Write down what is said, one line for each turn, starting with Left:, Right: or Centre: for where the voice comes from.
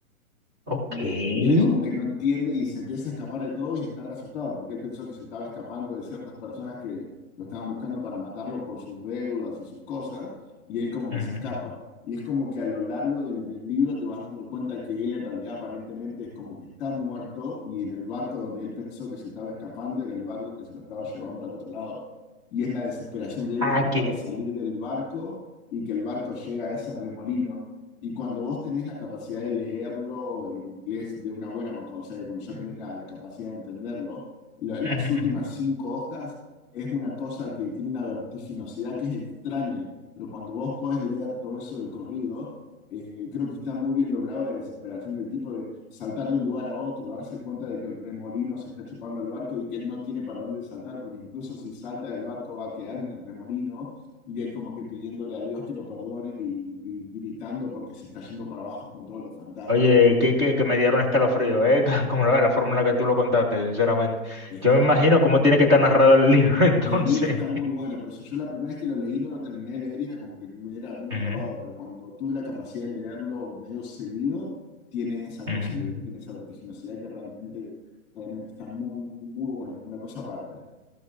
Right: Ok.
Left: Y,
Right: ujú,
Left: e- y él como que no entiende y se empieza a escapar de todos y está re asustado porque él pensó que se estaba escapando de ciertas personas que lo estaban buscando para matarlo por sus deudas y sus cosas y él como
Right: ujú,
Left: que se escapa. Y es como que a lo largo del, del libro te vas dando cuenta que él en realidad aparentemente es como que está muerto y en el barco donde él pensó que se estaba escapando era el barco que se lo estaba llevando al otro lado. Y es la desesperación de él
Right: Ah,
Left: de tratar
Right: que...
Left: de salir del barco y que el barco llega a ese remolino y cuando vos tenés la capacidad de leerlo en inglés de una buena manera, o sea, cuando ya
Right: ujú,
Left: tenés la, la capacidad de entenderlo, la- las
Right: ujú.
Left: últimas
Right: ujú.
Left: cinco hojas es una cosa que tiene una vertiginosidad que es extraña, pero cuando vos podés leer todo eso de corrido, eh, creo que está muy bien logrado la desesperación del tipo de saltar de un lugar a otro, darse cuenta de que el remolino se está chupando al barco y que él no tiene para dónde saltar, porque incluso si salta del barco va a quedar en el remolino y él como que pidiéndole a Dios que lo perdone y, y gritando porque se está yendo para abajo con todos los fantasmas.
Right: Oye, que, que, que me dieron escalofrío, ¿eh? <laughs> Como la, la forma en la que tú lo contaste, sinceramente.
Left: Está,
Right: Yo me imagino cómo tiene que estar narrado el libro <laughs> entonces.
Left: el libro está muy bueno, por eso yo la primera vez que lo leí no lo terminé de leer y era como que me era medio
Right: Ujú,
Left: trabado, pero cuando tuve la capacidad de leerlo medio seguido, tiene esa
Right: ujú,
Left: cosa el
Right: ujú.
Left: libro, tiene esa vertiginosidad que realmente, realmente está muy, muy, muy buena, es una cosa aparte,